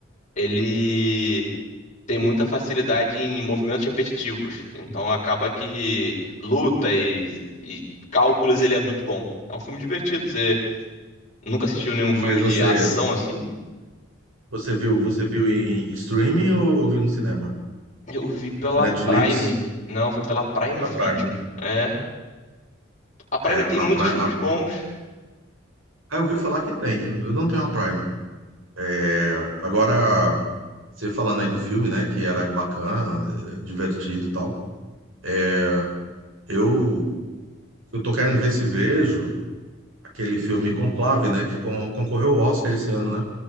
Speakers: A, on the left; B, on the right.
A: ele tem muita facilidade em movimentos repetitivos. Então acaba que lutas e cálculos ele é muito bom. É um filme divertido. Você nunca assistiu nenhum
B: Mas
A: filme
B: você
A: de ação assim?
B: Você viu, você viu em streaming ou, ou viu no cinema?
A: Eu vi pela
B: Netflix?
A: Prime. Não, foi pela Prime
B: Pela
A: Video.
B: Prime.
A: É. A Prime
B: É,
A: tem muitos
B: a Prime.
A: filmes
B: a-
A: bons.
B: Ah, eu ouvi falar que tem. Eu, eu não tenho a Prime. É, agora, você falando aí do filme, né? Que ela é bacana, é divertido e tal. é, Eu, eu tô querendo ver se vejo aquele filme Conclave, né? Que con- concorreu ao Oscar esse ano, né?